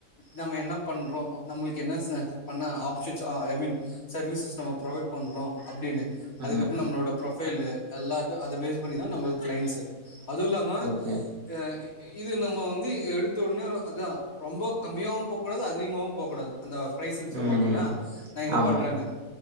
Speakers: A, on the left (about 75°); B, on the right (about 70°).
A: நம்ம என்ன பண்றோம் நம்மளுக்கு என்ன பண்ண ஆப்ஷன்ஸ் ஐ மீன் சர்வீசஸ் நம்ம ப்ரொவைட் பண்றோம் அப்படின்னு
B: ம்
A: அதுக்கப்புறம்
B: ம்
A: நம்மளோட ப்ரொஃபைல் எல்லாம் அத பேஸ் பண்ணிதான் நம்ம கிளைண்ட்ஸு அதும்ல்லாம
B: ஓகே
A: அ இது நம்ம வந்து எடுத்த உடனே அதா ரொம்ப கம்மியாவும் போகூடாது அதிகமாவவும் போகூடாது அந்த ப்ரைசிங் சொல்லுவாங்க
B: ம்
A: இல்லையா
B: ம்
A: நா இது
B: ஆமா
A: பண்றேன்னு